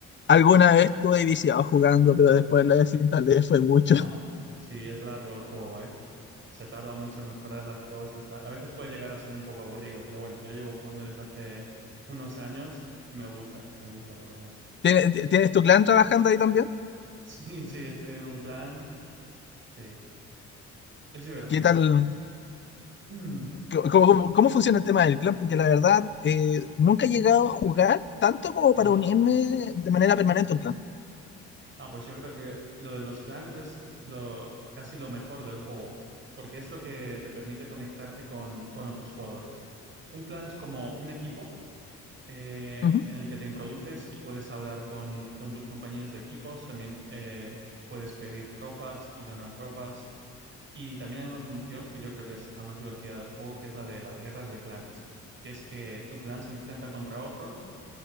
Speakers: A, on the left; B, on the right.
A: Alguna vez estuve viciado jugando, pero
B: Ah,
A: después
B: sí.
A: la desinstalé, fue mucho.
B: Ajá. Sí, es largo el juego, ¿eh? Se tarda mucho en mejorar las cosas, tal. A veces puede llegar a ser un poco aburrido, pero bueno, yo llevo jugando desde hace unos años y me gusta, me gusta, la verdad.
A: ¿Tiene- ti- ¿Tienes tu clan trabajando ahí también?
B: Sí, <laughs> sí, estoy en un clan, sí. Es divertido.
A: ¿Qué tal?
B: <clears throat> Mm,
A: ¿Cómo, cómo- cómo funciona el tema del clan? Porque la verdad, eh, nunca he llegado a jugar tanto como
B: Ajá.
A: para unirme de manera permanente a un clan.
B: Ah, pues yo creo que lo de los clanes es lo, casi lo mejor del juego, porque es lo que te permite conectarte con, con otros jugadores. Un clan es como un equipo eh,
A: Ujú.
B: en el que te introduces y puedes hablar con, con tus compañeros de equipos, también eh, puedes pedir tropas y donar tropas. Y también hay una función que yo creo que es la más divertida del juego, que es la de las guerras de clanes, que es que tu clan se enfrenta contra otros